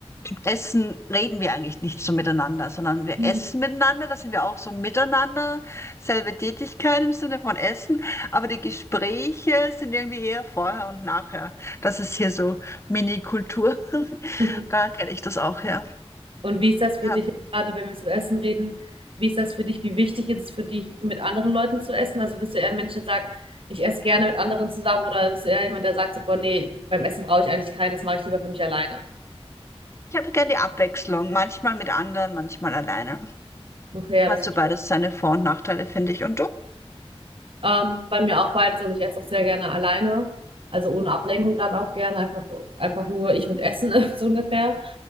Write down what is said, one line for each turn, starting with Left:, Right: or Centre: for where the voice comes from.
Left: Essen reden wir eigentlich nicht so miteinander, sondern wir
Right: Mhm.
Left: essen miteinander, da sind wir auch so miteinander, selbe Tätigkeit im Sinne von Essen, aber die Gespräche sind irgendwie eher vorher und nachher. Das ist hier so Mini-Kultur. <laughs>
Right: <laughs>
Left: Da kenne ich das auch her.
Right: und wie ist das für
Left: Ja.
Right: dich jetzt gerade, wenn wir jetzt über Essen reden? Wie ist das für dich? Wie wichtig ist es für dich, mit anderen Leuten zu essen? Also bist du eher ein Mensch, der sagt, ich esse gerne mit anderen zusammen oder bist du eher jemand, der sagt so, boah, nee, beim Essen brauche ich eigentlich keinen, das mache ich lieber für mich alleine.
Left: Ich habe gerne die Abwechslung, manchmal mit anderen, manchmal alleine.
Right: Okay, ja,
Left: Hat
Right: das verstehe
Left: so beides
Right: ich.
Left: seine Vor- und Nachteile, finde ich. Und du?
Right: Ähm, bei mir auch beides, also ich esse auch sehr gerne alleine, also ohne Ablenkung dann auch gerne, einfach, einfach nur ich und Essen, <laughs> so ungefähr.